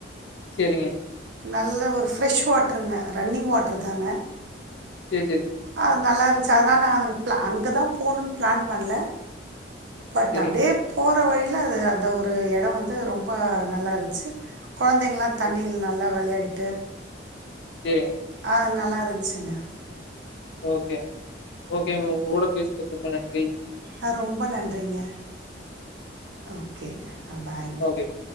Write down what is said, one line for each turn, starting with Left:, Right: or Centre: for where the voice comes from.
Left: செரிங்க
Right: நல்ல ஒரு ஃப்ரெஷ் வாட்டருங்க ரன்னிங் வாட்டரு தாங்க
Left: செரி செரி
Right: அது நல்லா இருந்துச்சி அதனால நாங்க அங்க ப்ள அங்க தா போணுன் பிளான் பண்ல பட்
Left: சரிங்க.
Right: அப்டியே போற வழியில அது அந்த ஒரு எடோ வந்து ரொம்ப நல்லா இருந்ச்சு கொழந்தைங்கள்லா
Left: ம்.
Right: தண்ணியில் நல்லா விளையாடிட்டு
Left: செரிங்க
Right: அ நல்லா இருந்துச்ங்க
Left: ஓகே ஓகே மேடோ உங்களோட பேசுறது ரொம்ப நன்றி
Right: அ ரொம்ப நன்றிங்க ஓகேங்க அ பாய்ங்க
Left: ஓகே.